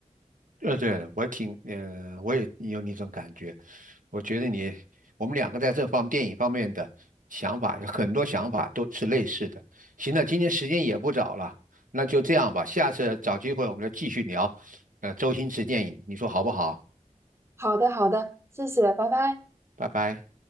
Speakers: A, on the right; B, on the right.
A: 呃，对了，我挺，呃，我也有那种感觉。我觉得你，我们两个在这方电影方面的想法，有很多想法都是类似的。行了，今天时间也不早了，那就这样吧，下次找机会我们就继续聊，呃，周星驰电影，你说好不好？
B: 好的，好的，谢谢，拜拜。
A: 拜拜。